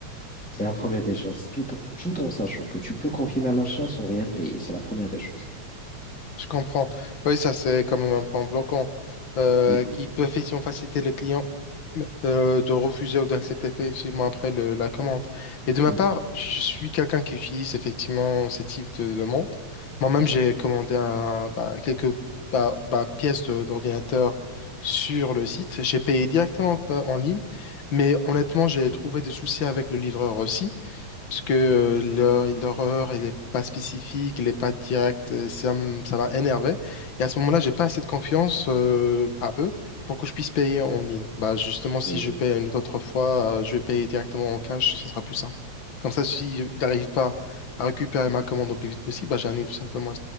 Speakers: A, in the centre; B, on the left (about 50°).
A: C'est la première des choses, tout en, tout en sachant que tu peux confirmer l'achat sans rien payer. C'est la première des choses.
B: Je comprends. Oui, ça, c'est quand même un point bloquant euh,
A: Oui,
B: qui peut effectivement faciliter le client euh, de refuser ou d'accepter effectivement après le- la commande. Mais de ma
A: oui,
B: part, je suis quelqu'un qui utilise effectivement ce type de demande. Moi-même, j'ai commandé un- bah, quelques bah, bah, pièces de- d'ordinateur sur le site. J'ai payé directement pas en ligne, mais honnêtement, j'ai trouvé des soucis avec le livreur aussi puisque leur, leur heure, il n'est pas spécifique, il n'est pas direct, euh, ça, m- ça m'a énervé. Et à ce moment-là, j'ai pas assez de confiance euh, à eux pour que je puisse payer en ligne. Bah, justement, si
A: oui.
B: je paye une autre fois, euh, je vais payer directement en cash, ce sera plus simple. Comme ça, si je n'arrive pas à récupérer ma commande au plus vite possible, bah, j'annule tout simplement